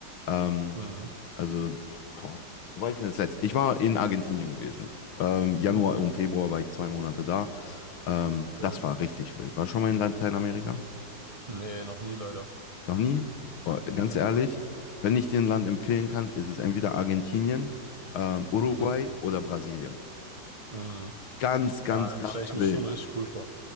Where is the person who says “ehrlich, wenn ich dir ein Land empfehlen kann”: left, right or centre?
Left